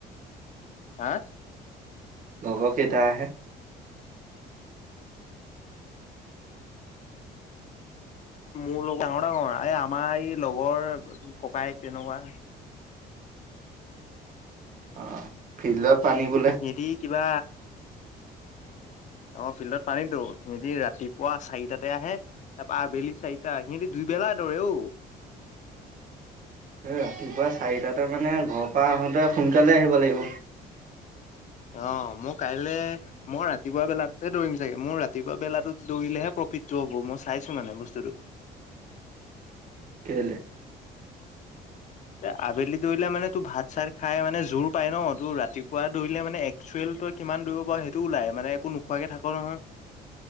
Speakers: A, on the left (about 45°); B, on the right (about 50°).
A: হা?
B: লগৰকেইটা আহে।
A: মোৰ লগত ডাঙৰ, ডাঙৰ এই আমাৰ এই লগৰ ককাইক তেনেকুৱা।
B: অহ, ফিল্ডত পানী বোলে।
A: সিহঁতি কিবা অ' ফিল্ডত পানীতো, সিহঁতি ৰাতিপুৱা চাৰিটাতে আহে, তাৰপা আবেলি চাৰিটা, সিহঁতি দুইবেলা দৌৰে ঔ।
B: এ ৰাতিপুৱা চাৰিটাতে মানে ঘৰৰ পৰা আহোঁতে সোনকালে আহিব লাগিব।
A: অ' মই কাইলে মই ৰাতিপুৱা বেলাতহে দৌৰিম চাগে, মোৰ ৰাতিপুৱা বেলাটোত দৌৰিলেহে প্ৰফিটটো হ'ব মই চাইছো মানে বস্তুটো।
B: কে'লে'?
A: এ আবেলি দৌৰিলে মানে তোৰ ভাত চাত খাই মানে জোৰ পাই ন, তোৰ ৰাতিপুৱা দৌৰিলে মানে একচুৱেল তই কিমান দৌৰিব পাৰ সেইটো ওলাই মানে একো নোখোৱাকে থা'ক নহয়।